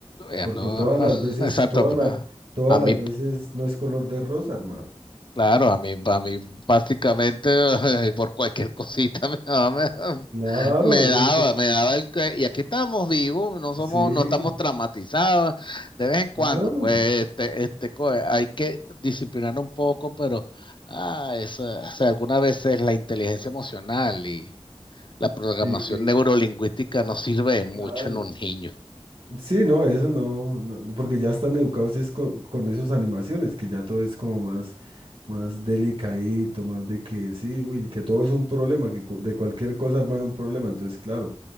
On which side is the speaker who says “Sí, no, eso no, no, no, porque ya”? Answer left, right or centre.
Right